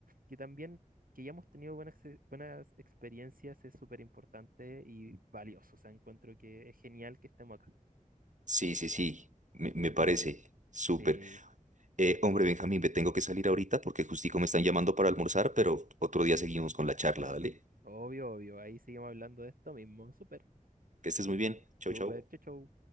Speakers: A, on the right (about 85°); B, on the right (about 60°).
A: que también que hayamos tenido buenas, ex- buenas experiencias es súper importante y valioso. O sea, encuentro que es genial que estemos acá.
B: Sí, sí, sí, me,
A: Súper,
B: me parece súper.
A: sí,
B: Eh, hombre, Benjamín, me tengo que salir ahorita porque justico me están llamando para almorzar, pero otro día seguimos con la charla, ¿vale?
A: obvio, obvio. Ahí seguimos hablando de esto mismo. Súper,
B: Que estés muy bien. Chau,
A: súper,
B: chau.
A: chau, chau.